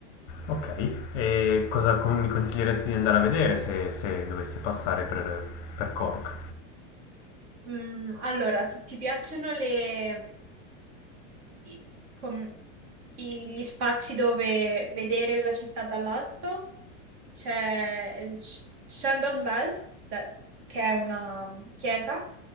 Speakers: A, on the left; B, on the right.
A: Ok, e cosa co- mi consiglieresti di andare a vedere se, se dovessi passare per, per Cork?
B: Mm, allora, se ti piacciono le i- com- i- gli spazi dove vedere la città dall'alto, c'è il Sh- Shandon Bells, da- che è una chiesa,